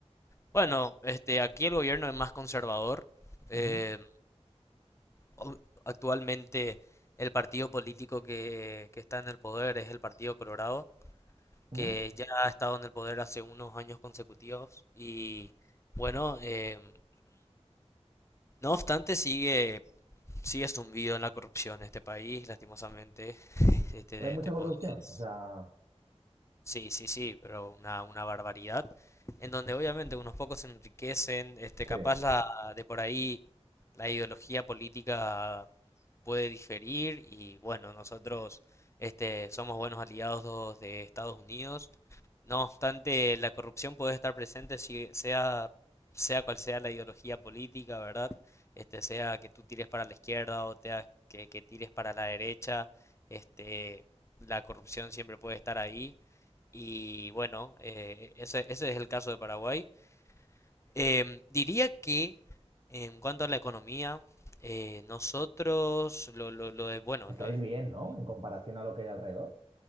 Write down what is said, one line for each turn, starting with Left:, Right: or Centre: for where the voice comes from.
Left: Bueno, este, aquí el gobierno es más conservador. eh,
Right: Ujú.
Left: o- actualmente el partido político que, que está en el poder es el Partido Colorado,
Right: ¿Mm?
Left: que ya ha estado en el poder hace unos años consecutivos y bueno, em, no obstante sigue, sigue zumbido en la corrupción este país, lastimosamente. <laughs> Este,
Right: ¿Hay mucha
Left: te
Right: corrupción?
Left: podés-
Right: O sea,
Left: Sí, sí, sí, pero una, una barbaridad. En donde obviamente unos pocos se enriquecen, este,
Right: sí,
Left: capaz la, de por ahí la ideología política puede diferir y bueno, nosotros este, somos buenos aliados de Estados Unidos. No obstante, la corrupción puede estar presente si sea, sea cual sea la ideología política, ¿verdad? Este, sea que tú tires para la izquierda o sea que, que tires para la derecha, este, la corrupción siempre puede estar ahí. Y bueno, eh, ese, ese es el caso de Paraguay. Em, diría que en cuanto a la economía, eh, nosotros, lo, lo, lo de, bueno,
Right: estáis
Left: lo,
Right: bien, ¿no? En comparación a lo que hay alrededor.